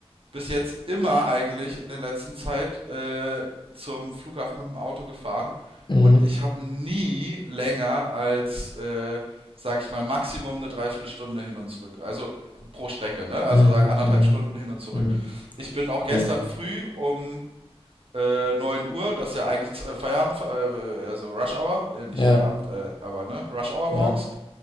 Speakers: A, on the right; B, on the left.
A: bis jetzt immer eigentlich in der letzten Zeit äh, zum Flughafen mit dem Auto gefahren
B: Mhm.
A: und ich habe nie länger als, äh, sag ich mal, Maximum eine Dreiviertelstunde hin und zurück. Also pro Strecke, ne? Also
B: Mhm.
A: sag anderthalb
B: Mhm.
A: Stunden hin und zurück.
B: Mhm.
A: Ich bin auch gestern
B: Okay.
A: früh um äh, 9 Uhr, das ist ja eigentlich äh, Feierabend, äh, äh, also Rush Hour, äh, nicht
B: Ja.
A: Feierabend, äh, aber ne, Rush Hour
B: Ja.
A: morgens,